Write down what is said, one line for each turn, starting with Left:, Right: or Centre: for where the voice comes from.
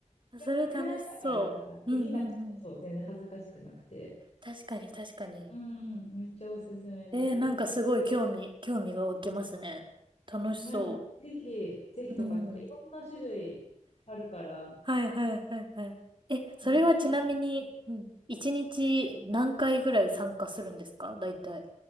Left: でもまあ暗闇だから、
Right: それ楽しそう。
Left: なんかできなくてもそう、
Right: うんうんうん。
Left: 全然恥ずかしくなくて。
Right: 確かに確かに。
Left: うん、めっちゃおすすめです。
Right: えー、なんかすごい興味、興味が湧きますね。楽しそ
Left: いや、ぜひ、ぜひとか、
Right: う。うん。
Left: てかいろんな種類あるから、
Right: はいはいはいはい。え、それはちなみに、
Left: ね、男女、
Right: うん。一日何回ぐらい参加するんですか大体。